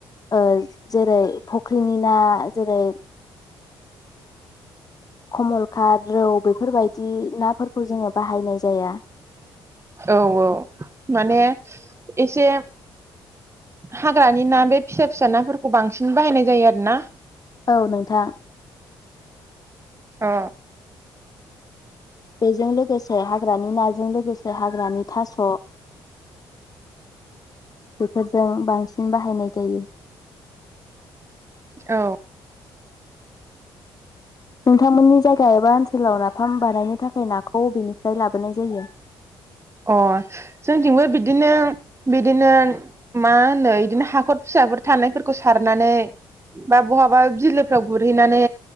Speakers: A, on the left; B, on the right.
A: ओ जेरै फख्रिनि ना जेरै खमलकाथ रौ बेफोरबायदि नाफोरखौ जोङो बाहायनाय जाया।
B: औ औ माने एसे हाग्रानि ना बे फिसा फिसा नाफोरखौ बांसिन बाहायनाय जायो आरो ना।
A: औ नोंथां।
B: अ।
A: बेजों लोगोसे हाग्रानि नाजों लोगोसे हाग्रानि थास' बेफोरजों बांसिन बाहायनाय जायो।
B: औ।
A: नोंथांमोननि जायगा एबा ओनसोलाव नाफाम बानायनो थाखाय नाखौ बेनिफ्राय लाबोनाय जायो।
B: अ जोंथिंबो बिदिनो बिदिनो मा होनो इदिनो हाखर फिसाफोर थानायफोरखौ सारनानै बा बहाबा बिलोफ्राव गुरहैनानै